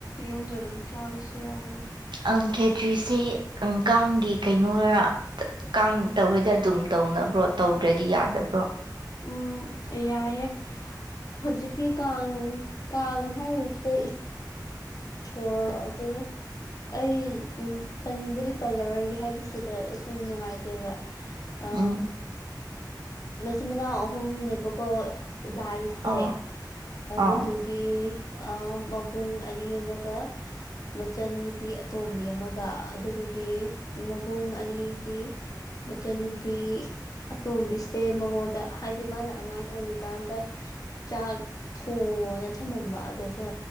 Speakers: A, on the left; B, on the right.
A: ꯌꯨꯝꯗꯥ ꯑꯗꯨꯝ ꯆꯥꯕꯁꯨ ꯌꯥꯕꯅꯤ
B: ꯑꯪ ꯈꯦꯇ꯭ꯔꯤꯁꯦ ꯑꯪ ꯀꯥꯡꯒꯤ ꯀꯩꯅꯣꯔ ꯇ ꯀꯥꯡ ꯇꯧꯔꯗꯤ ꯑꯗꯨꯝ ꯇꯧꯅꯕ꯭ꯔꯣ ꯇꯧꯗ꯭ꯔꯗꯤ ꯌꯥꯗꯕ꯭ꯔꯣ
A: ꯎꯝ ꯌꯥꯏꯌꯦ ꯍꯧꯖꯤꯛꯀꯤ ꯀꯥꯡ ꯀꯥꯡ ꯍꯥꯏꯔꯤꯁꯦ ꯁꯣꯔ ꯑꯗꯨ ꯑꯩ ꯎꯝ ꯄꯟꯕꯨꯗꯤ ꯄꯜꯂꯔꯣꯏꯒꯦ ꯍꯥꯏꯗꯤ ꯁꯤꯗ ꯁꯨꯝ ꯅꯨꯡꯉꯥꯏꯇꯦꯕ ꯑꯥ
B: ꯎꯝ
A: ꯃꯆꯤꯟ ꯃꯅꯥꯎ ꯑꯍꯨꯝꯅꯦꯕꯀꯣ ꯂꯥꯏꯁꯦ
B: ꯑꯣ
A: ꯑꯗꯨꯗꯨ
B: ꯑꯣ
A: ꯒꯤ ꯑꯥ ꯃꯕꯨꯡ ꯑꯅꯤ ꯑꯃꯒ ꯃꯆꯟ ꯅꯨꯄꯤ ꯑꯇꯣꯝꯕꯤ ꯑꯃꯒ ꯑꯗꯨꯗꯨꯒꯤ ꯃꯕꯨꯡ ꯑꯅꯤꯒꯤ ꯃꯆꯟꯅꯨꯄꯤ ꯇꯣꯝꯕꯤꯁꯦ ꯃꯉꯣꯟꯗ ꯍꯥꯏꯗꯤ ꯃꯥꯅ ꯑꯉꯥꯡ ꯑꯣꯏꯔꯤꯀꯥꯟꯗ ꯆꯥꯛ ꯊꯣꯡꯉꯣꯅ ꯊꯝꯃꯝꯕ ꯑꯗꯨꯗ